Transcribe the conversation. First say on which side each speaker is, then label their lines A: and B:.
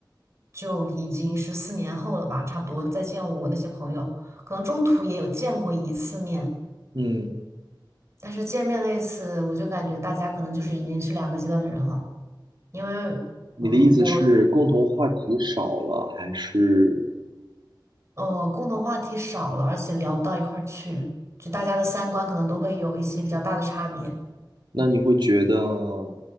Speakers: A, on the right; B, on the right.
A: 就已经是四年后了吧，差不多再见我那些朋友，可能中途也有见过一次面。
B: 嗯，
A: 但是见面那一次，我就感觉大家可能就是已经是两个阶段的人了，因为
B: 你的意思是共同话题少了，
A: 嗯，我
B: 还是
A: 呃共同话题少了，而且聊不到一块儿去，就大家的三观可能都会有一些比较大的差别。
B: 那你会觉得